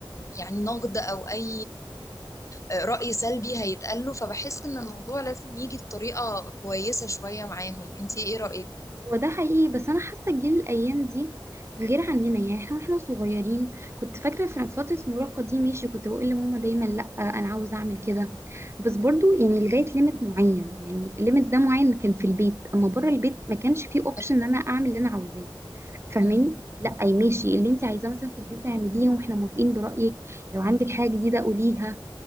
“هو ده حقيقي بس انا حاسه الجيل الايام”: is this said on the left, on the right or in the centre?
Right